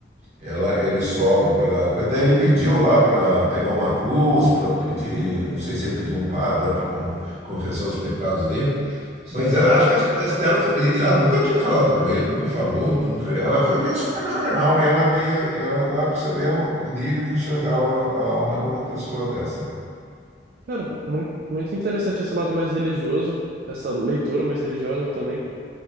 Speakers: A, on the right (about 40°); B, on the right (about 55°).
A: Ela, ele sobe para. coisa. Daí ele pediu lá para pegar uma cruz, para pedir. Não sei se ele pediu um padre lá para confessar os pecados dele.
B: Sim.
A: Mas eu acho que as peças dela, foi, ela nunca tinha falado com ele, nunca falou, nunca. Ela foi, ia só para o jornal e ela lia, ela, lá pra você ver o, o nível que chegava a alma de uma pessoa dessa, né?
B: Cara, muito, muito interessante esse lado mais religioso, essa leitura mais religiosa também.